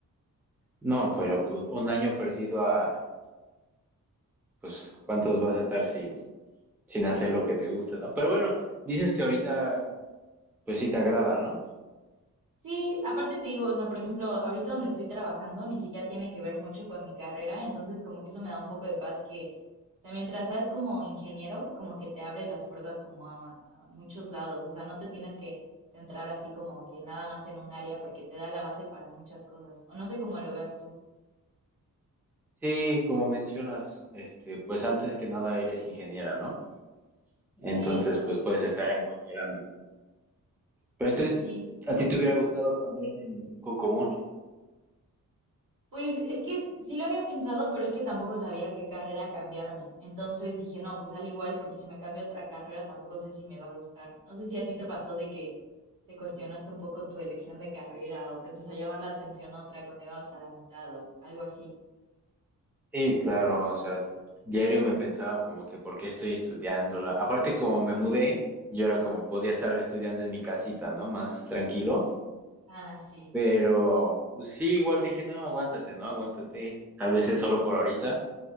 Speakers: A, in the centre; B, on the right (about 70°).
A: No, pero pues un año perdido a, pues, ¿cuántos vas a estar sin, sin hacer lo que te gusta, ¿no? Pero bueno, dices que ahorita, pues sí te agrada, ¿no?
B: Sí, aparte te digo, o sea, por ejemplo, ahorita donde estoy trabajando ni siquiera tiene que ver mucho con mi carrera, entonces como que eso me da un poco de paz que, o sea, mientras seas como ingeniero, como que te abre las puertas como a, a muchos lados, o sea, no te tienes que centrar así como que nada más en un área porque te da la base para muchas cosas, o no sé cómo lo veas tú.
A: Sí, como mencionas, este, pues antes que nada eres ingeniera, ¿no? Entonces,
B: Sí, eso,
A: pues puedes estar en cualquier ámbito. Pero entonces,
B: sí.
A: ¿a ti te hubiera gustado cambiarte en el tronco común?
B: Pues es que s- sí lo había pensado, pero es que tampoco sabía qué carrera cambiarme. Entonces dije, no, pues al igual, porque si me cambio a otra carrera tampoco sé si me va a gustar. No sé si a ti te pasó de que te cuestionaste un poco tu elección de carrera o te empezó a llamar la atención otra cuando ibas a la mitad o algo así.
A: Sí, claro, o sea, diario me pensaba como que por qué estoy estudiándola. Aparte, como me mudé, yo era como podía estar estudiando en mi casita, ¿no? Más tranquilo.
B: Ah, sí.
A: Pero, pues sí, igual dije, no, aguántate, no, aguántate. Tal vez es solo por ahorita.